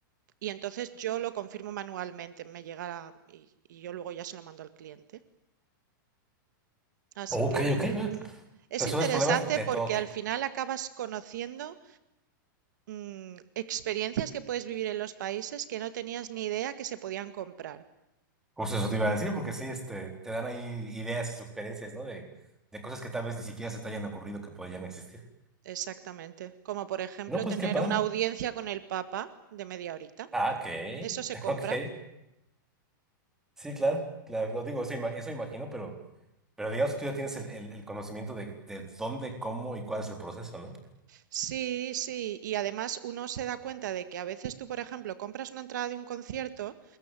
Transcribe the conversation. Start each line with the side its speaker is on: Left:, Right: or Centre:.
Right: Y entonces yo lo confirmo manualmente, me llega la- y, y yo luego ya se lo mando al cliente. Así
Centre: Ok,
Right: que
Centre: ok. eh.
Right: es
Centre: Resuelves
Right: interesante
Centre: problemas de
Right: porque
Centre: todo tipo.
Right: al final acabas conociendo mm, experiencias que puedes vivir en los países que no tenías ni idea que se podían comprar.
Centre: Justo eso te iba a decir, porque sí, este, te dan ahí ideas y sugerencias, ¿no? De, de cosas que tal vez ni siquiera se te hayan ocurrido que podrían existir.
Right: Exactamente. Como por ejemplo
Centre: No, pues
Right: tener
Centre: qué padre.
Right: una audiencia con el Papa de media horita.
Centre: Ah, ok,
Right: Eso se
Centre: <laughs>
Right: compra.
Centre: ok. Sí, claro, claro, lo digo, eso, ima- eso imagino, pero, pero digamos, que tú ya tienes el, el- el conocimiento de, de dónde, cómo y cuál es el proceso, ¿no?
Right: Sí, sí. Y además uno se da cuenta de que a veces tú, por ejemplo, compras una entrada de un concierto